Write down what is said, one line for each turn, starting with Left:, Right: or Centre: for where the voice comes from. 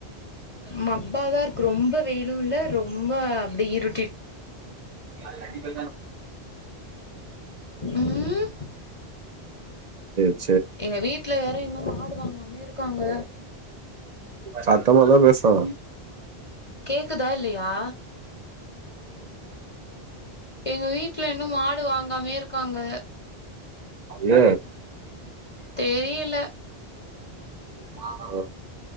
Left: மப்பாதா இருக்கு ரொம்ப வெயிலு இல்ல ரொம்ப அப்டி இரு
Right: கண்டிப்ப
Left: ம்
Right: செரி
Left: எங்க வீட்ல வேற இன்னு மாடுவாங்காமயே இருக்காங்க
Right: சத்தமாதா பேச ம்
Left: கேக்குதா இல்லையா எங்க வீட்டல இன்னு மாடு வாங்காமயே இருக்காங்க
Right: ஏ
Left: தெரியல
Right: மா ஓ